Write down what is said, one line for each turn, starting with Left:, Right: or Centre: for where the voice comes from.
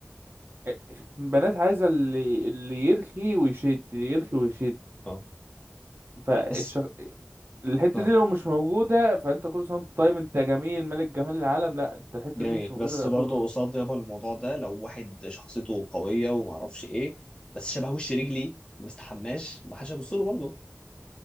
Right: آه، البنات عايزة اللي اللي يرخي ويشد اللي يرخي ويشد
Left: اه
Right: فالشخ...
Left: بس
Right: الحتة
Left: اه
Right: دي لو مش موجودة فأنت كل سنة وأنت طيب أنت جميل ملك جمال العالم لا أنت الحتة
Left: جميل
Right: دي مش موجودة
Left: بس
Right: لا
Left: برضه
Right: شكرا
Left: قصاد يابا الموضوع ده لو واحد شخصيته قويه وما اعرفش ايه بس شبه وش رجلي ما بستحماش ما حدش هيبص له برضه